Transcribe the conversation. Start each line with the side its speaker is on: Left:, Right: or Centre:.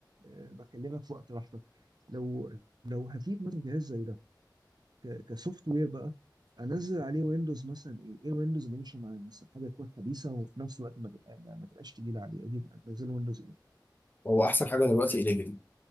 Right: آه، بكلمك في وقت راحتك لو لو هجيب مثلا جهاز زي ده كسوفت وير بقى انزل عليه ويندوز مثلا ايه ايه الويندوز اللي يمشي معايا مثلا حاجه تكون حديثه وفي نفس الوقت ما تبقى ما ما تبقاش تقيله عليه اجيب انزل ويندوز
Left: هو أحسن حاجة دلوقتي 11